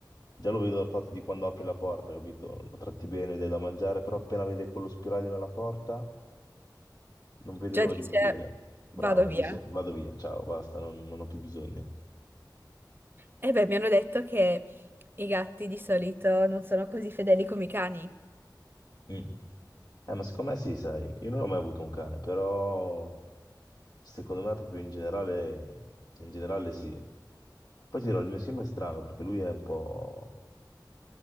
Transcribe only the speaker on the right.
Già
dice,
vado via.
Eh beh, mi hanno detto che i gatti di solito non sono così fedeli come i cani.